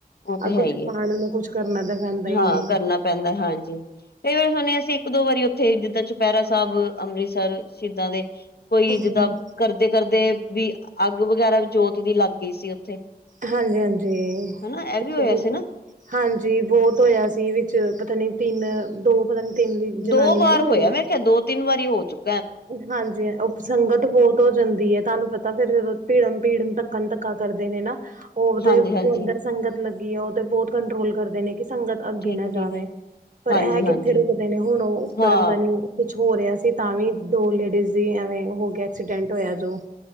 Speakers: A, on the left; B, on the right.
A: ਉਹ ਤੇ
B: ਆਹ
A: ਹੈ
B: ਕੁਛ
A: ਈ ਐ,
B: ਪਾਉਣ ਨੂੰ ਕੁਛ ਕਰਨਾ ਤਾਂ ਪੈਂਦਾ ਹੀ
A: ਹਾਂ
B: ਏ।
A: ਕਰਨਾ ਪੈਂਦਾ ਹਾਂਜੀ, ਕਈ ਵਾਰੀ ਹੁਣੇ ਅਸੀਂ ਇੱਕ ਦੋ ਵਾਰੀ ਉੱਥੇ, ਜਿੱਦਾਂ ਚੁਪੈਰਾ ਸਾਹਿਬ, ਅੰਮ੍ਰਿਤਸਰ ਸ਼ਹੀਦਾਂ ਦੇ। ਕੋਈ,
B: ਹਾਂਜੀ
A: ਜਿੱਦਾਂ ਕਰਦੇ ਕਰਦੇ ਵੀ ਅੱਗ ਵਗੈਰਾ ਜੋਤ ਦੀ ਲੱਗ ਗਈ ਸੀ ਉੱਥੇ।
B: ਹਾਂਜੀ-ਹਾਂਜੀ,
A: ਹਨਾ ਇਹ
B: ਪਿੱਛੇ
A: ਹੋਇਆ
B: ਵੀ
A: ਸੀ ਨਾ
B: ਹਾਂਜੀ, ਬੋਤ ਹੋਇਆ ਸੀ ਵਿੱਚ ਪਤਾ ਨੀ ਤਿੰਨ ਦੋ ਪਤਾ ਨੀ ਤਿੰਨ ਜਨਾਨੀਆਂ
A: ਦੋ ਵਾਰ
B: ਨੇ
A: ਹੋਇਆ, ਮੈਂ ਕਿਹਾ ਦੋ ਤਿੰਨ ਵਾਰੀ ਹੋ ਚੁੱਕ
B: ਹਾਂਜੀ, ਓਪ ਸੰੰਗਤ ਬੋਤ ਹੋ ਜਾਂਦੀ ਐ, ਤੁਆਨੂੰ ਪਤਾ ਫੇਰ ਭੀੜਮ-ਭੀੜਮ, ਧੱਕਣ-ਧੱਕਾ ਕਰਦੇ ਨੇ ਨਾ ਉਹਦੇ
A: ਹਾਂਜੀ ਹਾਂਜੀ
B: ਜੋ ਅੰਦਰ ਸੰਗਤ ਲੱਗੀ ਐ, ਓਹ ਤੇ ਬਹੁਤ ਕੰਟਰੋਲ ਕਰਦੇ ਨੇ ਕਿ ਸੰਗਤ ਅੱਗੇ
A: ਠੀਕ
B: ਨਾ
A: ਹੈ ਠੀਕ
B: ਜਾਵੇ,
A: ਹੈ
B: ਪਰ
A: ਹਾਂਜੀ
B: ਐਂ ਕਿੱਥੇ
A: ਹਾਂਜੀ
B: ਰੁਕਦੇ ਨੇ ਹੁਣ ਉਹ ਉੱਪਰ
A: ਹਾਂ
B: ਪਤਾ ਨੀ ਕੁਛ ਹੋ ਰਿਹਾ ਸੀ, ਤਾਂ ਵੀ ਦੋ ਲੇਡੀਜ਼ ਦੀ ਐਵੇਂ ਹੋ ਗਿਆ, ਐਕਸੀਡੈਂਟ ਹੋਇਆ ਜੋ।